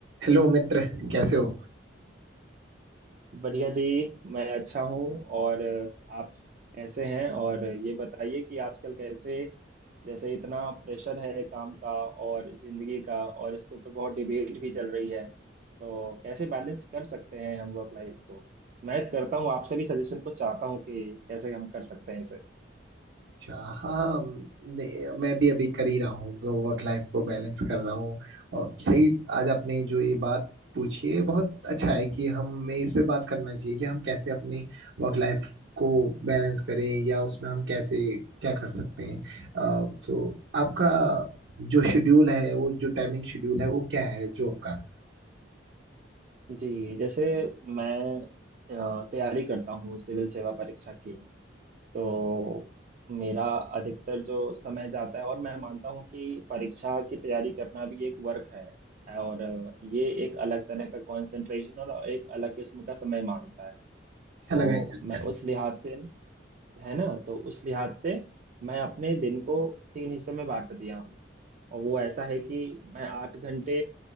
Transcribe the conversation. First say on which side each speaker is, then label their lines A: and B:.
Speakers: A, on the right; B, on the right.
A: Hello मित्र कैसे हो
B: बढ़िया जी मैं अच्छा हूँ और अ, आप कैसे हैं और ये बताइए कि आजकल कैसे जैसे इतना प्रेशर है काम का और जिंदगी का और इसके ऊपर बहुत डिबेट भी चल रही है तो कैसे बैलेंस कर सकते हैं हम वर्क लाइफ को मैं करता हूँ आपसे भी सजेशन को चाहता हूँ कि कैसे हम कर सकते हैं इसे
A: अच्छा हाँ ने- मैं भी अभी कर ही रहा हूँ वर्क लाइफ को बैलेंस कर रहा हूँ और सही आज आपने जो ये बात पूछी है बहुत अच्छा है कि हमें इस पे बात करना चाहिए कि हम कैसे अपने वर्क लाइफ को बैलेंस करें या उसमें हम कैसे क्या कर सकते हैं अ, तो आपका जो शेड्यूल है वो जो टाइमिंग शेड्यूल है वो क्या है जो आपका
B: जी जैसे मैं अ, तैयारी करता हूँ सिविल सेवा परीक्षा की तो मेरा अधिकतर जो समय जाता है और मैं मानता हूँ कि परीक्षा की तैयारी करना भी एक वर्क है और ये एक अलग तरह का कंसंट्रेशन और एक अलग किस्म का समय मांगता है
A: अच्छा
B: तो
A: लगा है जानकर
B: मैं उस लिहाज से है ना तो उस लिहाज से मैं अपने दिन को तीन हिस्सों में बांट दिया हूँ और वो ऐसा है कि मैं आठ घंटे